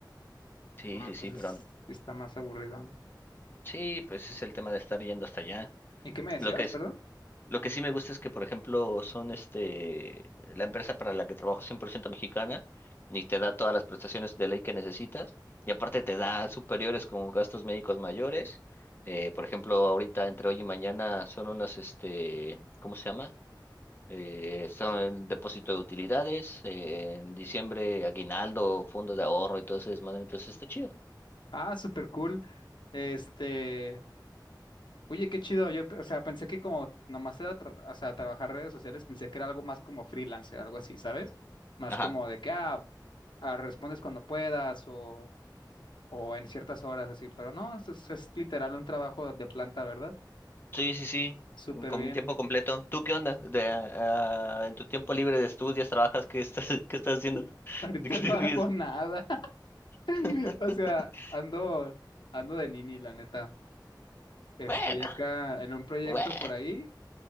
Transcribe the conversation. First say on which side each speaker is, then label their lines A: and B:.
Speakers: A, on the left; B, on the left.
A: Sí,
B: No,
A: sí,
B: entonces
A: sí, pero
B: sí está más aburrido.
A: sí, pues es el tema de estar yendo hasta allá.
B: ¿Y qué me decías,
A: Lo que es,
B: perdón?
A: lo que sí me gusta es que, por ejemplo, son este, la empresa para la que trabajo es 100% mexicana y te da todas las prestaciones de ley que necesitas y aparte te da superiores como gastos médicos mayores. Eh, por ejemplo, ahorita entre hoy y mañana son unas, este, ¿cómo se llama? Eh, son depósito de utilidades, eh, en diciembre aguinaldo, fondos de ahorro y todo ese desmadre, entonces está chido.
B: Ah, súper cool. Este, oye, qué chido. Yo, pe- o sea, pensé que como nomás era, tra- o sea, trabajar redes sociales, pensé que era algo más como freelancer, algo así, ¿sabes? Más
A: Ajá.
B: como de que, ah, ah, respondes cuando puedas o, o en ciertas horas, así. Pero no, es, es es literal un trabajo de planta, ¿verdad?
A: Sí, sí, sí,
B: Súper
A: con
B: bien.
A: tiempo completo. ¿Tú qué onda? De, ah, en tu tiempo libre de estudios, trabajas, ¿qué estás, <laughs> qué estás haciendo?
B: <laughs>
A: <laughs>
B: Ahorita
A: ¿De qué
B: no
A: te ríes?
B: hago nada. <laughs>
A: <laughs>
B: O sea, ando, ando de nini, la neta. Estoy
A: Bueno,
B: acá en un proyecto
A: bueno.
B: por ahí